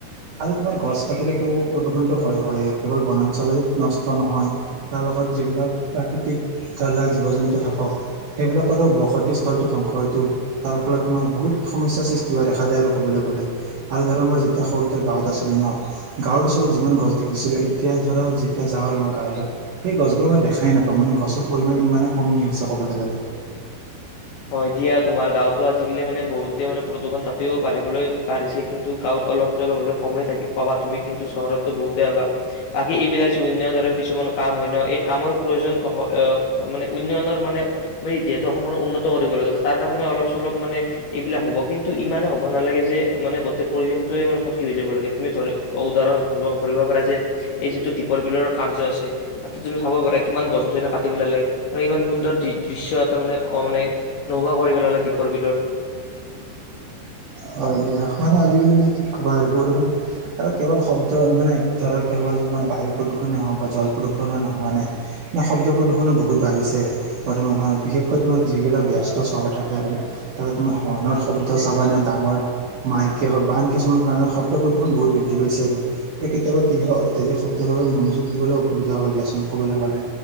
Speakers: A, on the right; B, on the left.
A: আৰু তোমাৰ গছ কাটিলেতো প্ৰদূৰষণতটো হয়। হয় কেৱল বনাঞ্চলে নষ্ট নহয়। তাৰ লগত যিবিলাক প্ৰাকৃতিক ধাৰা জীৱ জন্তু থাকক সেইবিলাকৰ বসতি সলটো ধ্বংস হয়টো তাৰ ফলত। তোমাৰ বহুত সমস্যাৰ সৃষ্টি হোৱা দেখা যায়। আৰু ক'বলৈ গ'লে আৰু ধৰা মই যেতিয়া সৰুতে গাঁৱত আছিলোঁ। ন গাঁৱৰ ওচৰত যিমান গছ দেখিছিলোঁ। এতিয়া ধৰা যেতিয়া যাওঁ আৰু মই গাঁৱলৈ সেই গছবোৰ মই দেখাই নাপাওঁ মানে গছৰ পৰিমাণ ইমানেই কমি আহি হৈছে ক'বলৈ গ'লে।
B: হয় দিয়া তোমাৰ গাঁওতো আজিকালি মানে বহুতে মানে প্ৰদূষণ তাতেও বাঢ়িবলৈ বাঢ়িছে। কিন্তু গাঁৱত অলপ চলপ হলে কমেই থাক। পাবা তুমি কিন্তু চহৰতটো বহুতেই হাবা বাকী এইবিলাক যে উন্নয়ন ধৰে কিছুমান কাম হয়। ন এই কামৰ প্ৰয়োজন মানে উন্নয়নৰ মানে যিহেতু অসমৰ উন্ন। কৰিব লাগে তাৰ কাৰণে অলপ চলপ মানে এইবিলাক হব কিন্তু ইমানে হ'ব নালাগে। যে মানে গোটেই পৰিৱেশটয়ে মানে ক্ষতি হৈ যাব। লাগে তুমি ধৰি অ উদাহৰণ ধব ধৰিব পাৰা যে এই যিটো দীপৰ বিলৰ কা দিশ্য আছে তাত তুমি চাব পাৰা কিমান গছ গছনা কাটি পেলালে মানে ইমান সুন্দৰ দৃশ্ এটা মানে অ মানে। নোহোৱা কৰি পেলালে দীপৰ বিলৰ।
A: হয় দিয়া মানে আজিকালি কি ক'বা আৰু প্ৰদূষণ আৰু কেৱল শব্দ মানে ধৰা কেৱল তোমাৰ বায়ু প্ৰদূষণেেই হওক বা জল প্ৰদূষণ হোৱা নাই মে শব্দ প্ৰদূষণো বহুত বাঢ়িছে। বৰ্তমান সময়ত বিশেষকৈ তোমাৰ যিবিলাক ব্যস্ত চহৰ থাকে। আৰু তাতে তুমাৰ হৰ্ণৰ শব্দ চাব নে। ডাঙৰ মাইকে হওক বা আন কিছুমান কাৰণত শব্দ প্ৰদূষণ বহুত বৃদ্ধি পাইছে। আৰু কেতিয়াবা কি হয় অত্যাধিক শব্দৰ বাবে মনোযোগ দিবলৈ অসুবিধা হয় দিয়াচোন ক'বলৈ গ'লে